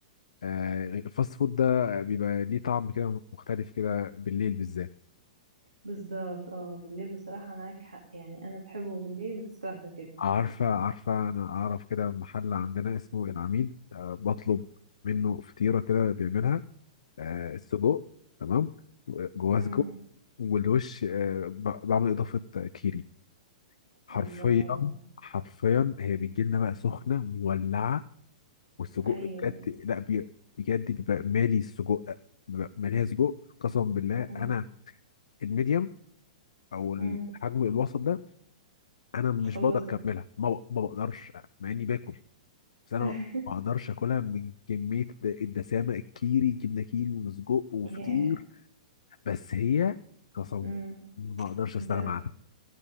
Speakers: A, on the left; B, on the right.
A: آه، الفاست فود ده بيبقى ليه طعم كده مختلف كده بالليل بالذات
B: بالظبط اه بالليل بصراحه معاك حق يعني انا بحبه بالليل في السهره كده
A: عارفة عارفة أنا أعرف كده محل عندنا اسمه العميد آه، بطلب منه فطيرة كده بيعملها آه، السجق تمام جواه
B: امم
A: سجق والوش آه، ب- بعمل اضافه كيري حرفيا
B: الله
A: حرفيا هي بتجي لنا بقى سخنه مولعه والسجق
B: ايوه
A: بجد
B: ايوه
A: لا بي- بجد بيبقى مالي السجق بيبقى ماليها سجق قسما بالله
B: أمم،
A: انا الميديم او الحجم
B: أمم،
A: الوسط ده انا مش
B: بتخلصه
A: بقدر اكملها ما ب- ما بقدرش مع اني باكل بس انا
B: <laughs>
A: ما اقدرش اكلها من كميه الد- الدسامه الكيري جبنه كيري وسجق وفطير
B: ياه
A: بس هي قسم
B: أمم.
A: ما اقدرش استغنى
B: انت
A: عنها